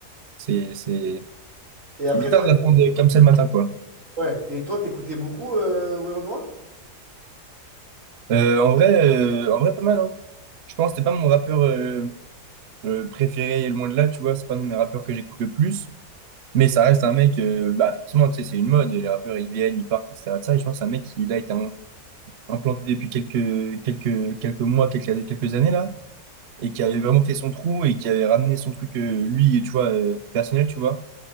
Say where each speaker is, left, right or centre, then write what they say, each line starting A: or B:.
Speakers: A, on the right; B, on the right.
A: c'est, c'est,
B: Et
A: c'est
B: après,
A: bizarre
B: toi,
A: de l'apprendre comme ça le matin, quoi.
B: ouais. Et toi, t'écoutais beaucoup, euh, Werenoi
A: Euh, en vrai, euh, en vrai, pas mal, hein. Je pense que c'était pas mon rappeur. euh, euh, préféré et loin de là, tu vois, c'est pas un de mes rappeurs que j'écoute le plus, mais ça reste un mec, euh, bah forcément, tu sais, c'est une mode, les rappeurs ils viennent, ils partent, etc. de ça, et je pense que c'est un mec qui là, a été im- implanté depuis quelques, quelques, quelques mois, quelques, quelques années là, et qui avait vraiment fait son trou et qui avait ramené son truc, euh, lui, tu vois, euh, personnel, tu vois,